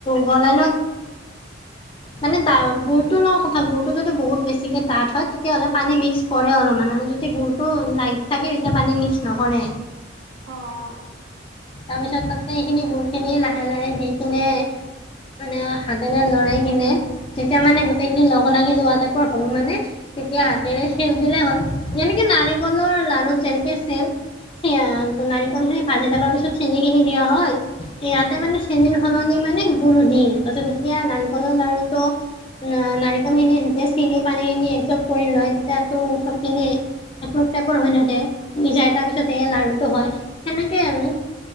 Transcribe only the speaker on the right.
অ'।
উম
অ
উম
উম